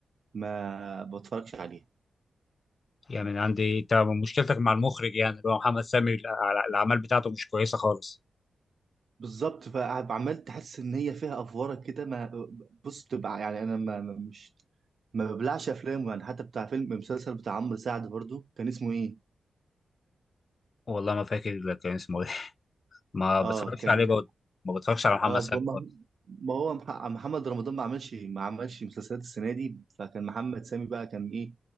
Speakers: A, on the right (about 55°); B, on the left (about 45°).
A: ما بتفرجش عليها
B: يعني من عندي انت مشكلتك مع المخرج يعني اللي هو محمد سامي الع- الع- الاعمال بتاعته مش كويسه خالص
A: بالظبط فعمال تحس ان هي فيها افوره كده ما بص بتبقى يعني انا ما ما- مش ما ببلعش افلام يعني حتى بتاع فيلم مسلسل بتاع عمرو سعد برضو كان اسمه ايه
B: والله ما فاكر كان اسمه ايه <laughs> ما
A: اه
B: بتفرجش
A: كان
B: عليه برضه ما بتفرجش على محمد
A: اه
B: سامي
A: ب- ما
B: خالص
A: ما هو مح- محمد رمضان ما عملش ما عملش مسلسلات السنه دي فكان محمد سامي بقى كان ايه